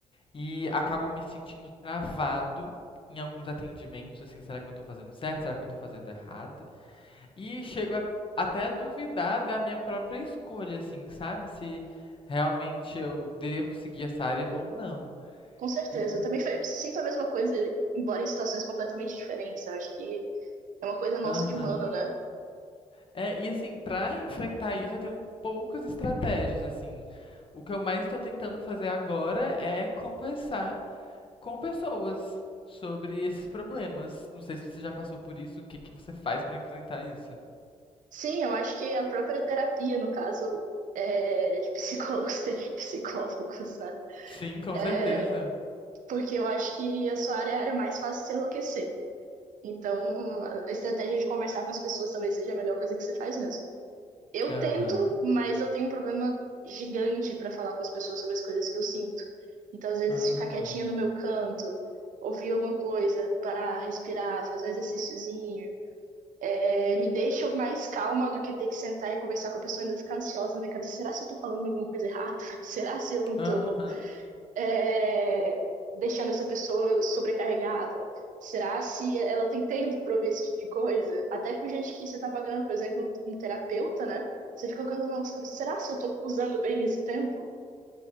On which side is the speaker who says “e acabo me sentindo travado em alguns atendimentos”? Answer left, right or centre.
Left